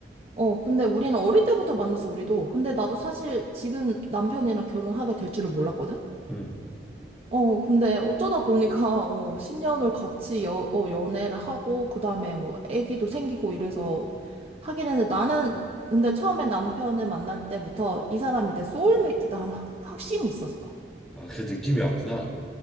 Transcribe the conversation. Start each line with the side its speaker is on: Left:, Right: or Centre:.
Right: 어, 근데 우리는 어릴 때부터 만났어 우리도. 근데 나도 사실 지금 남편이랑 결혼하게 될 줄을 몰랐거든?
Centre: 음.
Right: 어, 근데 어쩌다 보니까, 어, 10년을 같이 여, 어, 연애를 하고, 그 다음에 뭐, 애기도 생기고 이래서 하긴 했는데 나는, 근데 처음에 남편을 만날 때부터 이 사람이 내 소울메이트다 하는 확, 확신이 있었어.
Centre: 아, 그 느낌이 왔구나.